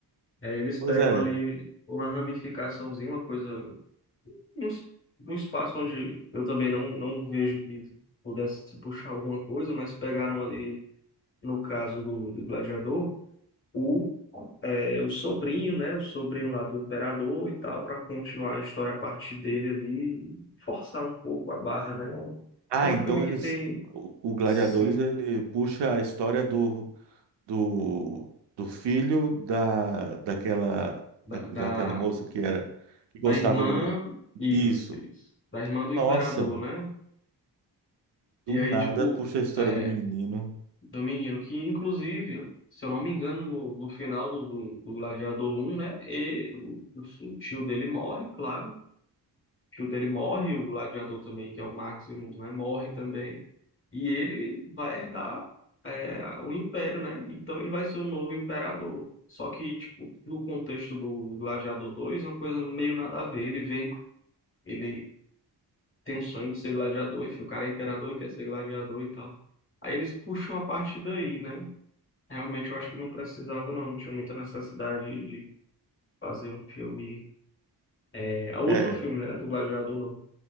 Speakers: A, on the left; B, on the right.
A: É, eles
B: Pois
A: pegam
B: é.
A: ali uma ramificaçãozinha, uma coisa, um, es- um espaço onde eu também não, não vejo que pudesse puxar alguma coisa, mas pegaram ali, no caso do, do Gladiador, o, é, o sobrinho, né, o sobrinho lá do imperador e tal, para continuar a história a partir dele ali, forçar um pouco a barra, né?
B: Ah,
A: É um
B: então
A: filme
B: eles.
A: que tem,
B: O, o Gladiadores,
A: sim,
B: ele puxa a história do, do, do filho da, daquela,
A: da,
B: da,
A: da-
B: daquela moça que era, que gostava
A: Da irmã.
B: do.
A: Isso,
B: Isso.
A: isso. Da irmã do
B: Nossa,
A: imperador, né?
B: do
A: E
B: nada
A: aí, tipo,
B: puxa a história
A: é,
B: do menino.
A: do menino, que inclusive, se eu não me engano, no, no final do, do, do Gladiador 1, né? E, o, o tio dele morre, claro. O tio dele morre, o gladiador também, que é o Maximus, né? Morre também. E ele vai herdar é, o império, né? Então ele vai ser o novo imperador. Só que, tipo, no contexto do Gladiador 2, é uma coisa meio nada a ver. Ele vem. Ele tem um sonho de ser gladiador, enfim, o cara é imperador e quer ser gladiador e tal. Aí eles puxam a partir daí, né? Realmente eu acho que não precisava, não, não tinha muita necessidade de fazer um filme. É, é outro
B: É,
A: filme, né? Do Gladiador, não.